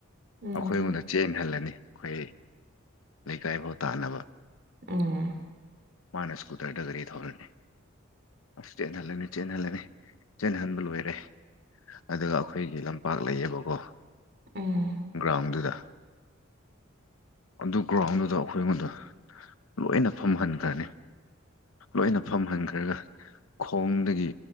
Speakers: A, on the right; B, on the left.
A: ꯎꯝ
B: ꯑꯩꯈꯣꯏ ꯑꯩꯉꯣꯟꯗ ꯆꯦꯟꯍꯜꯂꯅꯤ ꯑꯩꯈꯣꯏ ꯂꯩꯀꯥꯏꯐꯥꯎ ꯇꯥꯅꯕ
A: ꯎꯝ
B: ꯃꯥꯅ ꯁ꯭ꯀꯨꯇꯔꯗꯒꯔꯤ ꯊꯧꯔꯅꯤ ꯑꯁ ꯆꯦꯟꯍꯜꯂꯅꯤ ꯆꯦꯟꯍꯜꯂꯅꯤ ꯆꯦꯟꯍꯟꯕ ꯂꯣꯏꯔꯦ ꯑꯗꯨꯒ ꯑꯩꯈꯣꯏꯒꯤ ꯂꯝꯄꯥꯛ ꯂꯩꯌꯦꯕꯀꯣ
A: ꯎꯝ
B: ꯒ꯭ꯔꯥꯎꯟꯗꯨꯗ ꯑꯗꯨ ꯒ꯭ꯔꯥꯎꯟꯗꯨꯗ ꯑꯩꯈꯣꯏ ꯑꯩꯉꯣꯟꯗ ꯂꯣꯏꯅ ꯐꯝꯍꯟꯈ꯭ꯔꯅꯤ ꯂꯣꯏꯅ ꯐꯝꯍꯟꯈ꯭ꯔꯒ ꯈꯣꯡꯗꯒꯤ